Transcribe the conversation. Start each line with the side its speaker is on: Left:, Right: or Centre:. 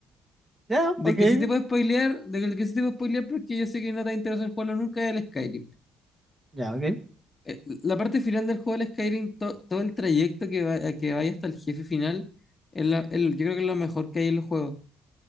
Right: Ya,
Left: Del
Right: ok,
Left: que sí te puedo spoilear, del que sí te puedo spoilear porque yo sé que no te va a interesar jugarlo nunca es el Skyrim.
Right: ya, ok.
Left: eh, la parte final del juego del Skyrim, to- todo el trayecto que, va- que vaya hasta el jefe final, es la- el- yo creo que es lo mejor que hay en los juegos.